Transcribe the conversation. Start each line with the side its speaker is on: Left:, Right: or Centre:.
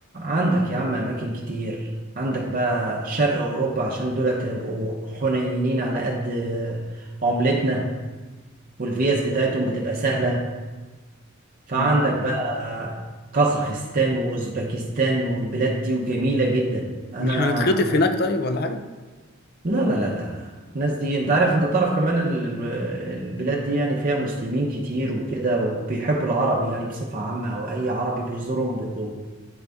Right: عندك يا عم اماكن كتير عندك بقى شرق اوروبا عشان دولت هيبقوا حنينين على قد عملتنا والفيز بتاعتهم بتبقى سهلة فعندك
Left: مم.
Right: بقى قزاخستان واوزبكستان والبلاد دي وجميلة جدا انا
Left: مش هنتخطف هناك طيب ولا حاجه
Right: لا لا لا لا لا الناس دي انت عارف انت تعرف كمان ال- ال- البلاد دي يعني فيها مسلمين كتير وكده وبيحبوا العرب يعني بصفة عامة او اي عربي بيزورهم بيبقوا